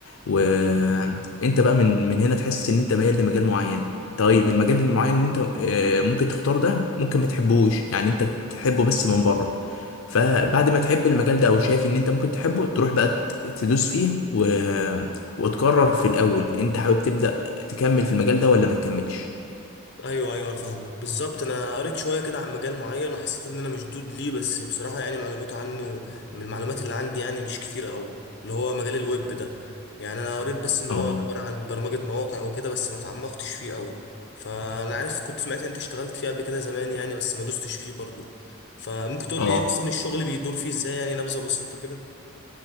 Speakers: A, on the left; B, on the left.
A: وانت بقى من من هنا تحس ان انت ميال لمجال معين طيب المجال المعين اللي انت آه، ممكن تختاره ده ممكن ما تحبوش يعني انت تحبه بس من بره فبعد ما تحب المجال ده او شايف ان انت ممكن تحبه تروح بقى ت- تدوس فيه و... وتقرر في الاول انت حابب تبدأ تكمل في المجال ده ولا ما تكملش
B: ايوه ايوه فاهمك بالظبط انا قريت شويه كده عن مجال معين وحسيت ان انا مشدود ليه بس بصراحه يعني معلوماته عنه من المعلومات اللي عندي يعني مش كتيره قوي اللي هو مجال الويب ده يعني انا قريت بس ان
A: اه
B: هو عباره عن برمجه مواقع وكده بس ما تعمقتش فيه قوي فانا عارف كنت سمعت إن انت اشتغلت فيه قبل كده زمان يعني بس ما دوستش فيه برضو فممكن تقول
A: اه
B: لي ايه اصلا الشغل بيدور فيه ازاي يعني نبذه بسيطه كده